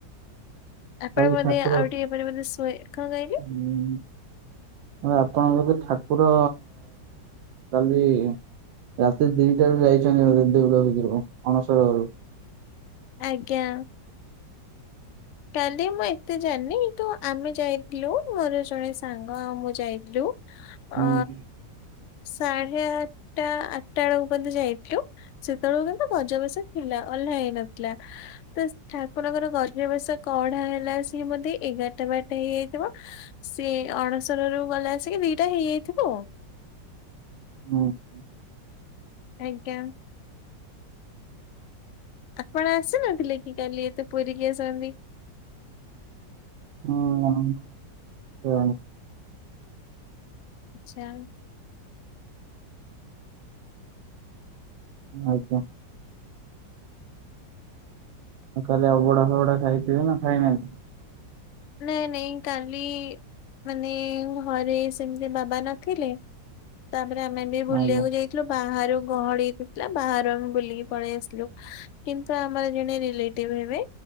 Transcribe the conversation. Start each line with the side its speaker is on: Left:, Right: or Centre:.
Left: ଆପଣ
Right: କାଲି
Left: ବୋଧେ
Right: ଠାକୁର
Left: ଆଉ ଟିକେ ପରେ ବୋଧେ ଶୋଇବେ? କଣପାଇଁ?
Right: ହୁଁ। ନା ଆପଣଙ୍କ ବୋଧେ ଠାକୁର କାଲି ରାତି ଦିଟାରୁ ଯାଇଛନ୍ତି। ଦେଉଳ ଭିତରୁକୁ ଅଣସରଘରୁ।
Left: ଆଜ୍ଞା। କାଲି ମୁଁ ଏତେ ଜାଣିନି। କିନ୍ତୁ ଆମେ ଯାଇଥିଲୁ। ମୋର ଜଣେ ସାଙ୍ଗ ଆଉ ମୁଁ ଯାଇଥିଲୁ।
Right: ହୁଁ
Left: ଆ ସାଢେ ଆଠଟା ଆଠଟା ବେଳକୁ ବୋଧେ ଯାଇଥିଲୁ। ସେତେବେଳକୁ କିନ୍ତୁ ଗଜବେସ ଥିଲା। ଓହ୍ଲା ହେଇନଥିଲା। ବାସ ଠାକୁରଙ୍କର ଗଜବେଶ କଢା ହେଲା ସିଏ ବୋଧେ ଏଗାରଟା ବାରଟା ହେଇଯାଇଥିବ। ସିଏ ଅଣସରରୁ ଗଲେ ଆସିକି ଦିଟା ହେଇଯାଇଥିବ ଆଉ।
Right: ହୁଁ।
Left: ଆଜ୍ଞା। ଆପଣ ଆସିନଥିଲେ କି କାଲି? ଏତ ପୁରୀକି ଆସନ୍ତି।
Right: ହୁଁ, <unintelligible>
Left: ଆଚ୍ଛା।
Right: ଆଜ୍ଞା। କାଲି ଅବଢା ଫବଡା ଖାଇଥିଲେ ନା ଖାଇନାହାନ୍ତି?
Left: ନେ ନେଇ କାଲି ମାନେ ଘରେ ସେମିତି ବାବା ନଥିଲେ ତାପରେ ଆମେ ବି ବୁଲିବାକୁ
Right: ଆଜ୍ଞା
Left: ଯାଇ ଥିଲୁ ବାହାରୁ ଗହଳି ହେଇଥିଲା ବାହାରୁ ଆମେ ବୁଲିକି ପଳେଇ ଆସଥିଲୁ। କିନ୍ତୁ ଆମର ଜଣେ ରିଲେଟିଭ ହେବେ